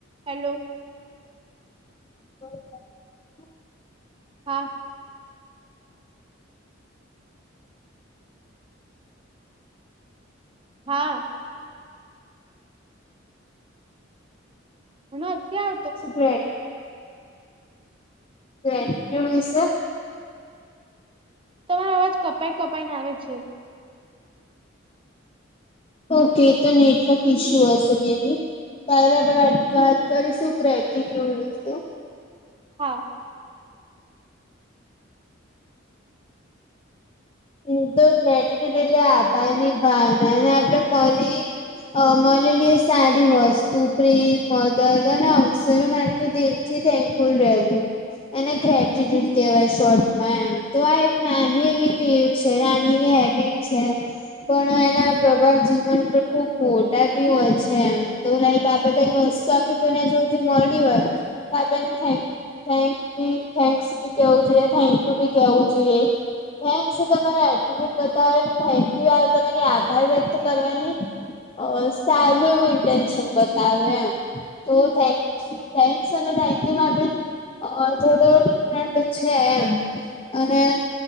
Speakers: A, on the right; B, on the left.
A: Hello
B: <inaudible>
A: હા હા હ અત્યા <unintelligible>
B: ગ્રેડ ગડ કેુંસ <unintelligible> <unintelligible>
A: તમારો અવાજ કપાઈ કપાઈ ને આવે છે
B: ઓકે તો નેટવર્ક ઇશ્યુ હશે મે બી તારે આપણે વાત વાત કરી શું <unintelligible> વિશે
A: હા
B: એ તો ગ્રેટીટ્યુડ એટલે આભાર ની ભાવના ને આપણેે મળલી અ મલેલી સારી વસ્તુ પ્રેમ મદદ અને અવસરો માટે તો દિલથી થેન્કફુલ રહેવું એને ગ્રેટીટ્યુડ કહેવાય શોર્ટમાં એમ તો આ એક નાની એવી છે હેબિટ છે એમ પણ એના પ્રભાવ જીવન ઉપર ખુબ મોટા ભી હોય છે એમ તો લાઈક આપે કઈ વસ્તુ આપે કોઈને જોડેથી મળી હોય તો આપેને થેન્ થેક બી થેન્ક્સ ભી કેવું જોઈએ થેન્ક યુ ભી કેવું જોઈએ થૅન્કસ તમારો એટટ્યુડ બતાવેને થેન્ક યુ યાર તમારે આભાર વ્યક્ત કરવાની અ સારું એવું ઇન્ટટેન્શન બતાવે એમ તો થ થન્કસ અને થેન્કયુ માટે અ થોડો ડિફરન્ટ છે એમ અને